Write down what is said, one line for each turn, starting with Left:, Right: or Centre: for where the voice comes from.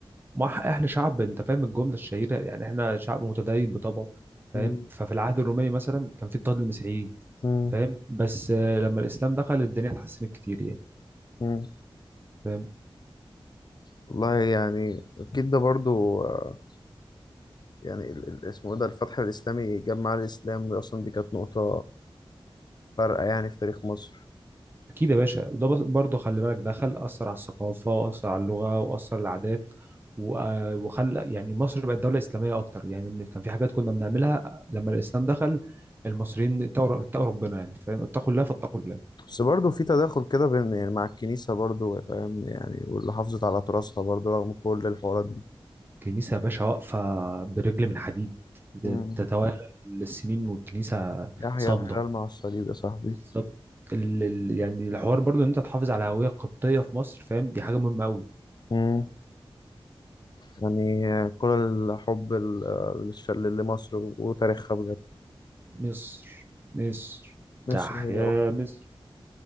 Right: ما إح- احنا شعب انت فاهم الجمله الشهيره يعني احنا شعب متدين بطبعه فاهم
Left: مم.
Right: ففي العهد الروماني مثلا كان في اضطهاد للمسيحيين
Left: مم.
Right: فاهم بس آه، لما الاسلام دخل الدنيا اتحسنت كتير يعني
Left: مم.
Right: فاهم
Left: والله يعني أكيد ده برضو آه، يعني ال- ال- اسمه إيه ده الفتح الإسلامي جمع الإسلام دي أصلا دي كانت نقطة فارقة يعني في تاريخ مصر
Right: اكيد يا باشا وده بس- برضه خلي بالك دخل اثر على الثقافه واثر على اللغه واثر على العادات و- آه، وخلى يعني مصر بقت دوله اسلاميه اكتر يعني إن كان في حاجات كنا بنعملها لما الاسلام دخل المصريين اتقوا اتقوا ربنا يعني فاهم اتقوا الله فاتقوا الله
Left: بس برضه في تداخل كده بين يعني مع الكنيسة برضه فاهم يعني واللي حافظت على تراثها برضه رغم كل الحوارات دي
Right: الكنيسه يا باشا واقفه برجل من حديد
Left: مم.
Right: تتوالى السنين والكنيسه
Left: يحيى
Right: صامده
Left: الهلال مع الصليب يا صاحبي
Right: بالظبط ال- ال- يعني الحوار برضو ان انت تحافظ على هويه قبطيه في مصر فاهم دي حاجه مهمه قوي
Left: مم. يعني كل الحب ال- للش- لمصر وتاريخها بجد
Right: مصر مصر
Left: مصر
Right: تح
Left: هي
Right: يا مصر